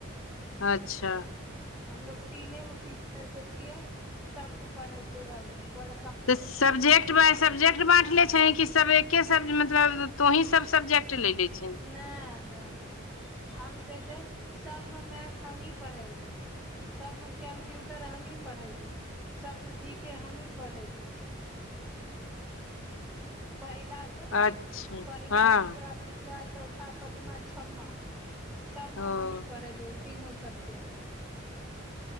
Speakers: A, on the left; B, in the centre.
A: अच्छा
B: हमलोग तीने गो टीचर जे छियै, सभके पढ़ैते रहबै बड़
A: तऽ सब्जेक्ट सब्जेक्ट बाय सब्जेक्ट बाँट ले छै, कि सब एके सब मतलब तो ही सब सब्जेक्ट ले ले छै?
B: नै नै हम जैसे सबमे मैथ हमही पढ़ेबै। सभमे कम्प्यूटर हमही पढ़ैबै, सभमे जी के हमही पढ़ैबै। पहिला से,
A: अच्छा
B: पहिला
A: हँ
B: दूसरा तीसरा चौथा पचमा छमा, सबमे
A: ओ
B: हमही पढ़ेबै। तीनो सबजैक्ट।